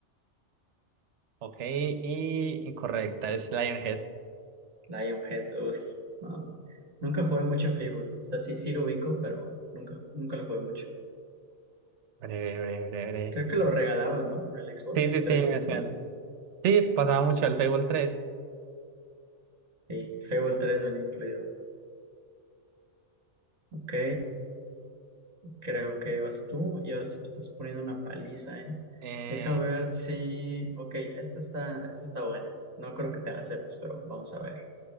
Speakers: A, on the right (about 80°); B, on the right (about 35°).
A: Ok, y incorrecta, es Lionhead.
B: Lionhead, uff, no. Nunca jugué mucho Fable, o sea, sí, sí lo ubico, pero nunca, ju- nunca lo jugué mucho.
A: Breve, breve, breve, breve.
B: Creo que lo regalaban, ¿no? Con el Xbox
A: Sí, sí, sí,
B: 360.
A: me suena. Sí, pasaba mucho el Fable tres.
B: Sí, Fable 3 venía incluido. Ok, creo que vas tú y ahora sí me estás poniendo una paliza, ¿eh?
A: Eh,
B: Deja ver si... Ok, esta está, esta está buena. No creo que te la sepas, pero vamos a ver.